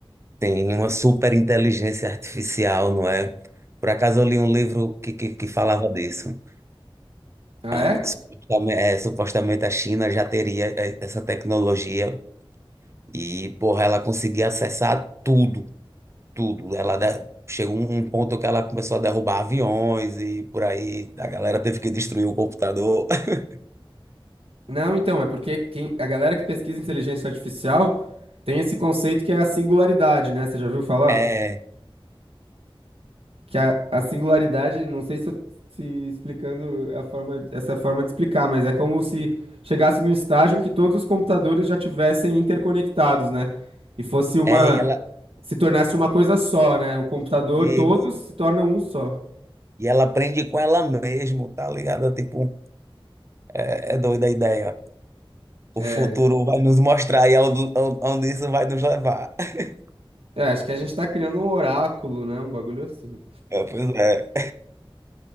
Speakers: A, on the right (about 30°); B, on the right (about 80°).
A: tenho uma super inteligência artificial, não é? Por acaso eu li um livro que, que, que falava disso.
B: Ah,
A: Ah,
B: é?
A: um, que supostamente, é, supostamente a China já teria é, essa tecnologia e, porra, ela conseguia acessar tudo, tudo. Ela de- chegou um um ponto que ela começou a derrubar aviões e por aí a galera teve que destruir o computador. <laughs>
B: Não, então, é porque quem- a galera que pesquisa inteligência artificial tem esse conceito que é a singularidade, né? Você já viu falar?
A: É,
B: Que a, a singularidade, não sei se, eu- se explicando é a forma, essa é a forma de explicar, mas é como se chegasse num estágio em que todos os computadores já tivessem interconectados, né? E fosse uma,
A: É, e ela,
B: se tornasse uma coisa só, né? O computador,
A: e,
B: todos se tornam um só.
A: e ela aprende com ela mesmo, tá ligado? Tipo, é, é doida a ideia. O
B: É,
A: futuro vai nos mostrar e aonde aonde isso vai nos levar. <laughs>
B: é, acho que a gente tá criando um oráculo, né? Um bagulho assim.
A: É, pois é.